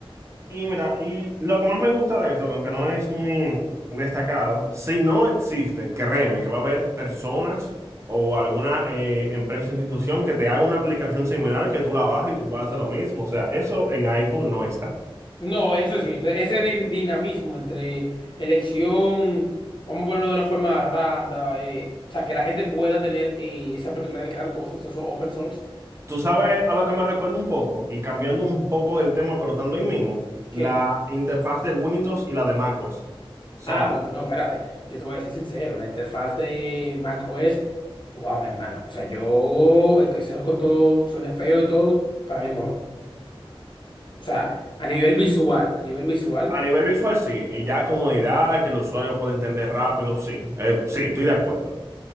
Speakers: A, on the right; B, on the left.
A: y mira, y lo que más me gusta de esto, que aunque no es muy destacado, si no existe, créeme que va a haber personas o alguna eh, empresa o institución que te haga una aplicación similar que tú la bajes y tú puedas hacer lo mismo. O sea, eso en iPhone no está.
B: No, eso es cierto. Ese di- dinamismo entre elección, vamos a ponerlo de una forma randa, eh, o sea, que la gente pueda tener eh, esa particularidad de crear cosas, eso open source,
A: Tú sabes a lo que me recuerda un poco, y cambiando un poco del tema, pero estando ahí mismo,
B: que,
A: la interfaz de Windows y la de macOS. O sea,
B: ah, bueno, no, espérate, yo te voy a ser sincero, la interfaz de Mac OS, wow, mi hermano, o sea, yo, aunque sea con todo, suene feo y todo, para mí es mejor. O sea, a nivel visual, a nivel visual,
A: A nivel visual, sí. Y ya comodidad, que el usuario puede entender rápido, sí. Eh, sí, estoy de acuerdo.